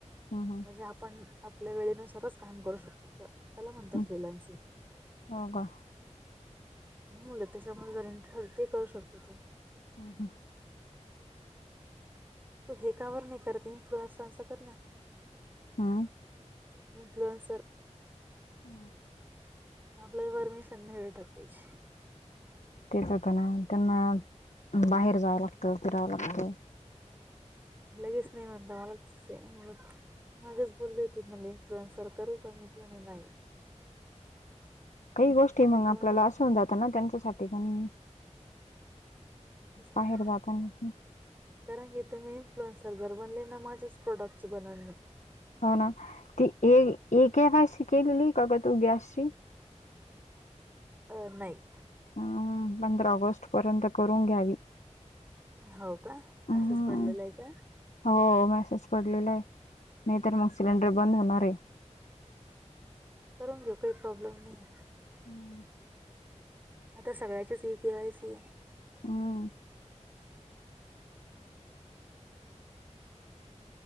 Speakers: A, on the left (about 80°); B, on the right (about 15°).
A: हम्म हम्म
B: म्हणजे आप आपण आपल्या वेळेनुसारच काम करू शकतो, तर त्याला म्हणतात
A: हम्म.
B: फ्रिलान्सीग.
A: हो का.
B: मुलं त्याच्यामुळे जरी, ते करू शकतो तो.
A: ह ह.
B: मग तू हे का बर नाही करते, इन्फुलरन्स कर ना.
A: हं.
B: इन्फ्लुएन्सर.
A: आ.
B: आपल्याला परमिशन नाही भेटत त्यांची.
A: तेच आता ना, त्यांना बाहेर जावं लागतं फिरावं लागत.
B: लगेच नाही <unintelligible> मागेच बोली होती मले इनफ्ल्युरन्स करू का, मी चं म्हणले नाही.
A: <inaudible> काही गोष्टी
B: नाहीत
A: मग, आपल्याला
B: म्हणजे
A: अशा होवून जातं ना त्यांच्यासाठी पण.
B: तसं
A: बाहेर
B: नाय.
A: जाताना
B: कारण की तुमी इन्फ्लुअन्सर बनले ना, माझ्याच प्रोडक्टची बनल मी.
A: हो ना, ती ए ए केवायसी केलेली का गं तू गॅसची.
B: अ नाही.
A: हम्म पंधरा ऑगस्ट पर्यंत करून घ्यावी.
B: हो का
A: हम्म
B: असेच पडलेलाय का?
A: हो मॅसेज पडलेलाय, नाही तर मग सिलेंडर बंद होणारय.
B: करून घेऊ काही प्रॉब्लेम नाही.
A: हम्म.
B: आता सगळ्याचीच ई केवायसीय
A: हम्म.